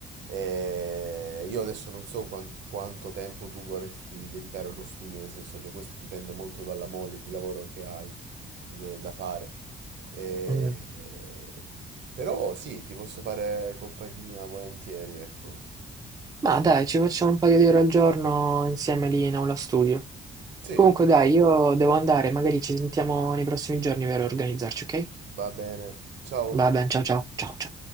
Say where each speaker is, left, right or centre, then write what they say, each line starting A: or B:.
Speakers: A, on the right; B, on the right.
A: E io adesso non so quan- quanto tempo tu vorresti dedicare allo studio, nel senso che questo dipende molto dalla mole di lavoro che hai eh, da fare. E-
B: Mm.
A: Però sì, ti posso fare compagnia volentieri, ecco.
B: Ma dai, ci facciamo un paio di ore al giorno insieme lì in aula studio.
A: Sì,
B: Comunque dai, io devo andare, magari ci sentiamo nei prossimi giorni per organizzarci, ok?
A: va bene. Ciao.
B: Va bene, ciao ciao, ciao ciao.